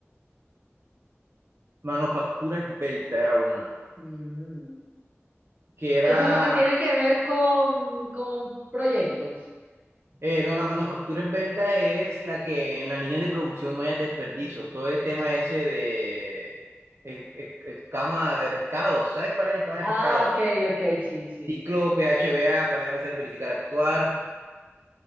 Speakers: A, on the right; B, on the right.
A: Manufactura Esbelta, era una,
B: Mm.
A: que era
B: Eso es lo que tiene que ver con, con proyectos.
A: Eh, no, la manufactura es verdad, es la que en la línea de producción no haya desperdicios. Todo el tema ese de eh, eh, eh, cama de pescado. ¿Sabes cuál es la cama de
B: Ah,
A: pescado?
B: ok, ok, sí, sí.
A: Ciclo, PHBA, planear, hacer, verificar, actuar.